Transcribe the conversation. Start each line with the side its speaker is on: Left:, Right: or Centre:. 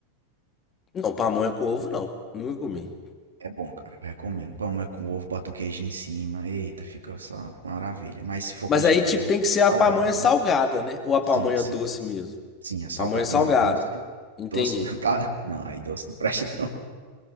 Left: Não, pamonha com ovo, não. Nunca comi.
Right: é bom, cara. Eu Recomendo. Pamonha com ovo, bota um queijinho em cima. Eita, fica só uma maravilha. Mas se for
Left: Mas
Right: canjica
Left: aí, tipo,
Right: doce,
Left: tem que ser a
Right: salgada,
Left: pamonha salgada,
Right: né?
Left: né? Ou a
Right: Sim,
Left: pamonha
Right: sim.
Left: doce mesmo.
Right: Sim, é salgada.
Left: Pamonha salgada.
Right: Não, doce.
Left: Entendi.
Right: Doce <laughs> não tá. Não, aí doce não presta, <laughs> não.